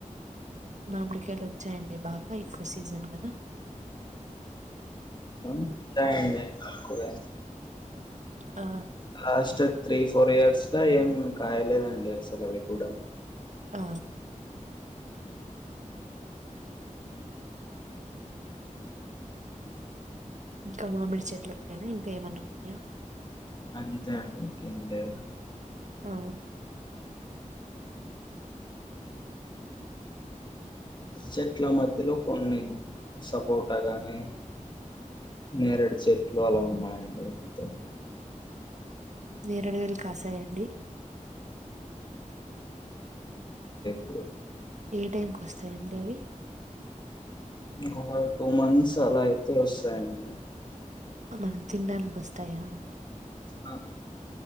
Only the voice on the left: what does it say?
ఉంటాయండి తక్కువే
లాస్ట్ త్రీ ఫోర్ ఇయర్స్ గా ఏం కాయలేదండి అసలు అవి కూడా
అంతే అండి ఇంకేం లేవు
చెట్ల మధ్యలో కొన్ని సపోర్ట గానీ నేరడు చెట్లు అలా ఉన్నాయండి అంతే
ఇ
ఇంకొక టూ మంత్స్ అలా అయితే వస్తాయండి
ఆ